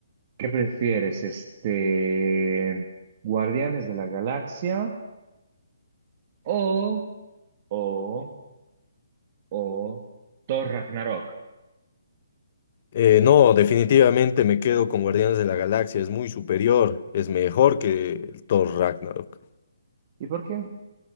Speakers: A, on the right (about 25°); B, on the left (about 30°).
A: ¿qué prefieres, este, Guardianes de la Galaxia o, o, o Thor Ragnarok?
B: Eh, no, definitivamente me quedo con Guardianes de la Galaxia. Es muy superior, es mejor que el Thor Ragnarok.
A: ¿Y por qué?